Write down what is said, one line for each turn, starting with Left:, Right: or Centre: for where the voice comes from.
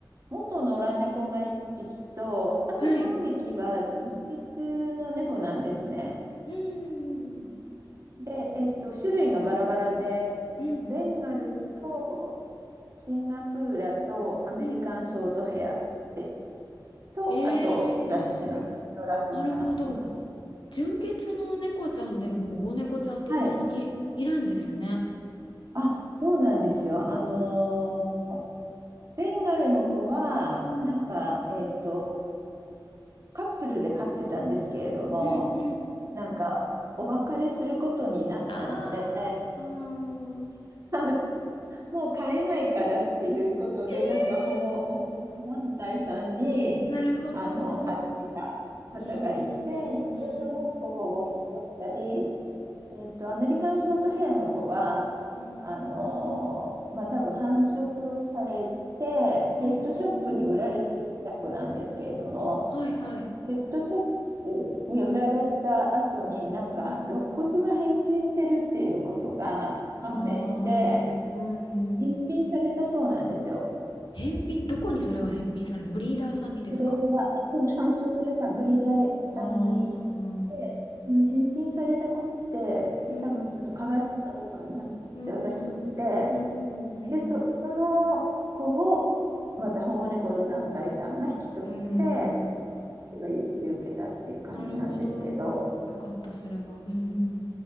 Right: 元野良猫が1匹と、あと3匹は純血の猫なんですね。
Left: はい。うんうん
Right: で、えっと、種類がバラバラで、
Left: うんうん
Right: ベンガルとシンガプーラとアメリカンショートヘアって
Left: うん
Right: と、
Left: えー、
Right: あと、ダッシュのトラくんがいます。
Left: なるほど。純血の猫ちゃんでも保護猫ちゃんってそんないいるんですね。
Right: はい。あ、そうなんですよ。あのーベンガルの子は、
Left: うん
Right: なんか、えっと、カップルで飼ってたんですけれども、
Left: うんうん
Right: なんか、お別れすることになったので、
Left: あーうーん
Right: あの、もう飼えないからっていうことで、
Left: え
Right: なんか保護、保護猫団体さんに、
Left: ーなるほど。
Right: あの、預けた方がいて、
Left: うんうんうんうん。
Right: で、その子を引き取ったり、えっと、アメリカンショートヘアの子は、
Left: うん。
Right: あのーまあ、多分繁殖されて、ペットショップに売られてた子なんですけれども、
Left: うんうん。はいはい。
Right: ペットショップに売られた後に、なんか、
Left: うん。
Right: 肋骨が変形してるっていうことが判明して、
Left: ああ、うんう
Right: 返品されたそうなんですよ。
Left: ん。返品、どこにそれが返品されるブリーダーさんにですか
Right: それは、あ、その繁殖屋さん、ブリーダーさんに
Left: ああー、
Right: でその返品された子って、
Left: うん。
Right: 多分ちょっとかわいそうなことになっちゃうらしくって、
Left: うんうん。うんうんうん。
Right: で、そ、その子を、また保護猫団体さんが引き取って、
Left: うん。
Right: 私が譲り受けたっていう感じなんですけど、
Left: なるほど。よかった、それは。うん。